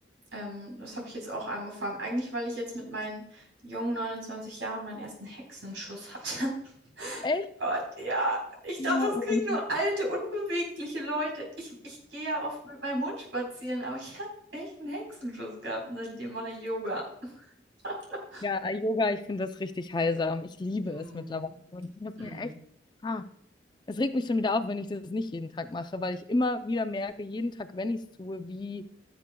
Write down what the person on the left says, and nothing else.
Echt?
Ja,
oder-
ja, Yoga, ich finde das richtig heilsam. Ich liebe
es mittlerweile. Und ich muss
mir echt, ah, es regt mich schon wieder auf, wenn ich das nicht jeden Tag mache, weil ich immer wieder merke, jeden Tag, wenn ich es tue, wie